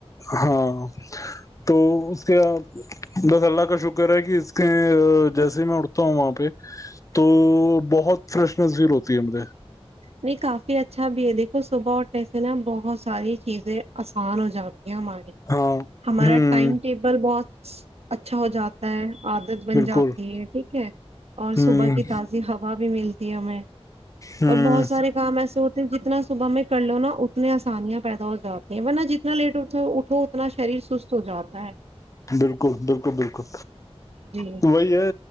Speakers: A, on the left; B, on the right.
A: ہاں تو کیا بس اللہ کا شکر ہے کہ اس کے جیسے میں اٹھتا ہوں وہاں پہ تو بہت فریشنیس فیل ہوتی ہے مجھے
B: نہیں کافی اچھا بھی ہے دیکھو صبح اٹھنے سے نا بہت ساری چیزیں آسان ہو جاتی ہم آگے
A: ہاں
B: ہمارا
A: ہوں
B: ٹائم ٹیبل بہت <inaudible> اچھا ہو جاتا ہے عادت بن
A: بالکل
B: جاتی ہے ٹھیک ہے اور
A: ہوں
B: صبح کی تازی ہوا بھی ملتی ہے ہمیں
A: ہوں
B: اور بہت سارے کام ایسے ہوتے ہیں جتنا صبح میں کر لو نا اتنے آسانیاں پیدا ہو جاتی ہیں ورنہ جتنا لیٹ اٹ اٹھو اتنا شریر سست ہو جاتا ہے
A: بالکل بالکل بالکل
B: جی
A: تو وہی ہے